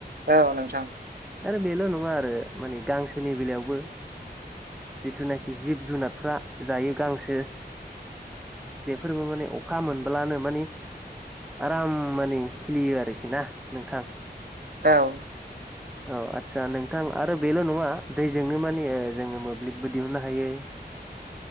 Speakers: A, on the right; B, in the centre.
A: औ नोंथां।
B: आरो बेल नंङा आरो मानि गांसोनि बेलायावबो जिथुनाखि जिब जुनारफ्रा जायो गांसो बेफोरबो मानि अखा मोनब्लानो माने आराम मानि खिलियो आरोखि ना नोंथां ।
A: औ
B: औ आदसा नोंथां आरो बेल' नंङा दैजोंनो मानि ओ जोंङो मोब्लिबबो दिहुननो हायो।